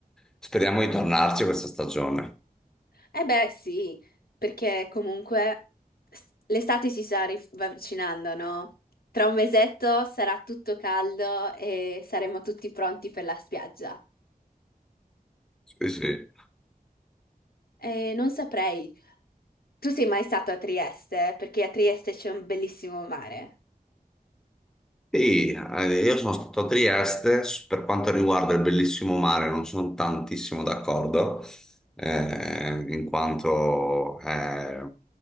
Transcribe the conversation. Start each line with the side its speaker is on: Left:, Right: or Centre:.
Centre: Speriamo di tornarci questa stagione.
Left: Eh beh, sì, perché comunque s- l'estate si sta ri- avvicinando, no? Tra un mesetto sarà tutto caldo e saremo tutti pronti per la spiaggia.
Centre: Sì, sì.
Left: Eh, non saprei. Tu sei mai stato a Trieste? Perché a Trieste c'è un bellissimo mare.
Centre: Sì, eh, io sono stato a Trieste, s- per quanto riguarda il bellissimo mare non sono tantissimo d'accordo, eh, in quanto è